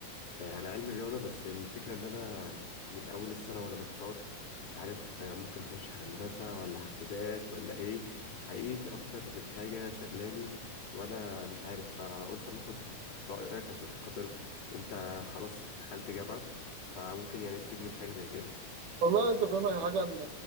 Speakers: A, on the left; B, on the right.
A: آه، انا علمي رياضه بس الفكره ان انا من اول السنه وانا محتار مش عارف آه، ممكن اخش هندسه ولا حاسبات ولا ايه حقيقي في اكتر من حاجه شغلاني وانا مش عارف فقلت اما اخد رايك عشان خاطر انت خلاص دخلت جامعه فممكن يعني تفيدني بحاجه زي كده
B: والله عايز افهمك حاجه ان